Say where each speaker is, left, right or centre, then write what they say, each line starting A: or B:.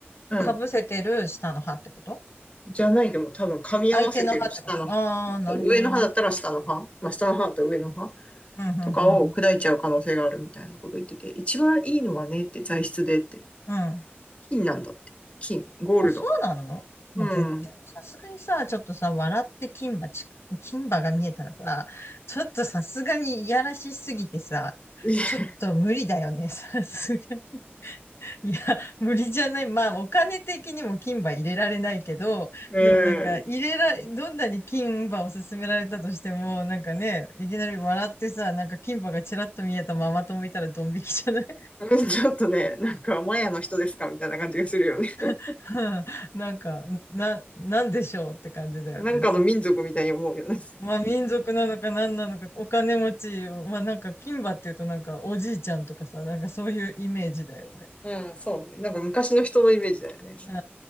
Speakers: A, on the left; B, on the left.
A: うん、
B: かぶせてる下の歯ってこと
A: じゃないでも多分噛み合わせてる下の歯。
B: 相手の歯ってことああー、
A: そう、
B: なるほどね。
A: 上の歯だったら下の歯、まあ、下の歯と上の歯
B: うん、うん、
A: とかを砕いちゃう可能性があるみたいなこと言ってて、
B: うん、
A: 一番いいのはねって材質でって、
B: うん。うん
A: 金なんだって。金、ゴールド。
B: あ、そうなのまあ、
A: うん。
B: 絶対、さすがにさ、ちょっとさ、笑って金馬ち、金馬が見えたらさ、ちょっとさすがにいやらしすぎてさ、
A: <laughs>
B: ちょっと無理だよね、<laughs> さすがに。いや、無理じゃない。まあ、お金的にも金馬入れられないけど、
A: う
B: でもなんか、
A: ん。
B: 入れら、どんなに金馬を勧められたとしても、なんかね、いきなり笑ってさ、なんか金馬がちらっと見えたままともいたらドン引きじゃない
A: <laughs> ちょっとね、なんかマヤの人ですかみたいな感じがするよね。<laughs>
B: <laughs> なんか、な、なんでしょうって感じだよね。
A: なんかの民族みたいに思うよね。
B: まあ民族なのか何なのか、お金持ちまあなんか金馬っていうとなんかおじいちゃんとかさ、なんかそういうイメージだよね。
A: うん、そうね。なんか昔の人のイメージだよね。
B: う